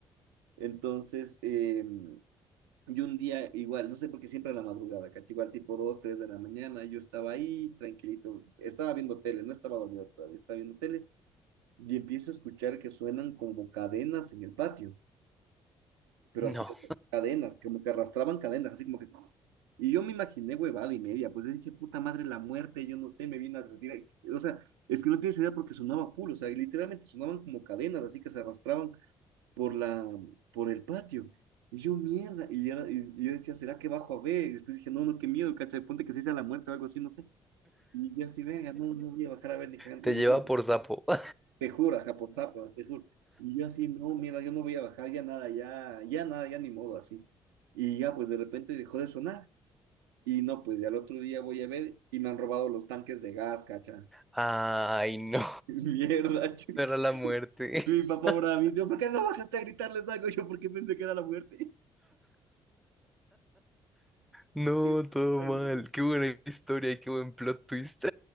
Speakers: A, on the right; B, in the centre.
A: Entonces, eh, Y un día igual, no sé por qué siempre a la madrugada, caché, igual tipo 2 3 de la mañana, yo estaba ahí tranquilito, estaba viendo tele, no estaba dormido todavía, estaba viendo tele y empiezo a escuchar que suenan como cadenas en el patio, pero
B: No,
A: así, o sea, cadenas, como que arrastraban cadenas, así como que... Y yo me imaginé huevada y media, pues yo dije, puta madre, la muerte, yo no sé, me vino a retirar. O sea, es que no tienes idea porque sonaba full, o sea, y literalmente sonaban como cadenas, así que se arrastraban por la, por el patio. Y yo, mierda, y, era- y- y yo decía, ¿será que bajo a ver? Y después dije, no, no, qué miedo, cacha ponte que se hizo la muerte o algo así, no sé. Y yo así, venga, no, no voy a bajar a ver ni cagando.
B: te
A: Y
B: lleva
A: yo no,
B: por sapo. <laughs>
A: te juro, ajá, por zapas, te juro. Y yo así, no, mierda, yo no voy a bajar, ya nada, ya, ya nada, ya ni modo, así. Y ya, pues de repente dejó de sonar. Y no, pues ya al otro día voy a ver y me han robado los tanques de gas, cacha.
B: Ay, no,
A: <laughs> Mierda, chuta.
B: no era la muerte.
A: Mi papá
B: <laughs>
A: ahora me dice, ¿por qué no bajaste a gritarles algo? <laughs> Yo porque pensé que era la muerte.
B: No,
A: Qué
B: todo
A: brutalidad,
B: mal. Qué buena historia y qué buen plot twist.